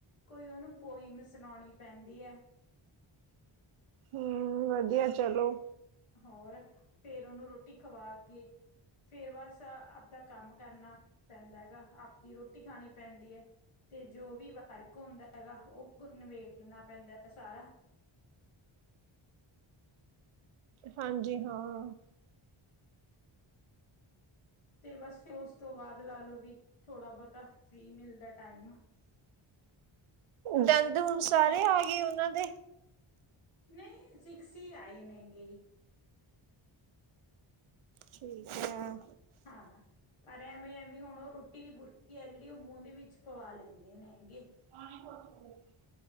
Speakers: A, on the left; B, on the right.
A: ਕੋਈ ਓ ਨੂੰ ਪੋਇਮ ਸੁਣੋਣੀ ਪੈਂਦੀ ਐ।
B: ਹੂੰ ਵਧੀਆ ਚਲੋ।
A: ਹੋਰ, ਫੇਰ ਓਨੂੰ ਰੋਟੀ ਖਵਾ ਕੇ ਫੇਰ ਬਸ ਆਪਦਾ ਕੰਮ ਕਰਨਾ ਪੈਂਦਾ ਹੈਗਾ ਆਪਣੀ ਰੋਟੀ ਖਾਣੀ ਪੈਂਦੀ ਐ। ਤੇ ਜੋ ਵੀ ਵਰਕ ਹੁੰਦਾ ਹੈਗਾ ਓ ਨਿਬੇੜਨਾ ਪੈਂਦਾ ਹੈ ਸਾਰਾ।
B: ਹਾਂਜੀ ਹਾਂ।
A: <inaudible> ਤੇ ਬਸ ਫੇ ਉਸ ਤੋਂ ਬਾਦ ਲਾ ਲੋ ਵੀ, ਥੋੜਾ ਬਹੁਤਾ ਫ੍ਰੀ ਮਿਲਦਾ ਟਾਈਮ।
B: ਦੰਦ ਹੁ ਸਾਰੇ ਆ ਗੇ ਉਨਾਂ ਦੇ?
A: ਨਹੀਂ ਸਿਕਸ ਈ ਆਏ ਨੇ ਗੇ।
B: ਠੀਕ ਐ।
A: ਹਾਂ ਪਰ ਐਵੇਂ ਆ ਵੀ ਹੁਣ ਓ ਰੋਟੀ ਦੀ ਬੁਰਕੀ ਐ ਜੇੜੀ ਓ ਮੂੰ ਦੇ ਵਿਚ ਪਵਾ ਲੈਂਦੇ ਨੇ ਹੈਂਗੇ।
B: <unintelligible>